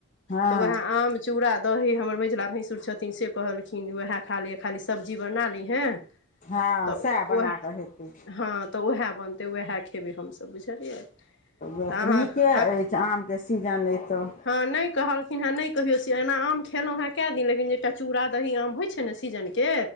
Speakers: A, on the left (about 35°); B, on the left (about 55°).
A: हँ
B: तऽ वेह आम चूड़ा दही हमर मझिला भैंसुर छथिन से कहलखिन वैहे खा लिअ खाली सब्जी बना लिहे
A: हँ
B: तऽ
A: सएह बना
B: ओहे
A: कऽ हेतै
B: हँ तऽ ओहे बनतै वैहे खेबै हमसब बुझलियै
A: त वेह तऽ
B: अहाँ
A: नीके अइछ
B: अख
A: आमके सीजन अई तऽ
B: हँ नहि कहलखिन हे नहि कहियौ से एना आम खेलौ हे कैऽ दिन लेकिन एकटा चूड़ा दही आम होइ छै ने सीजन के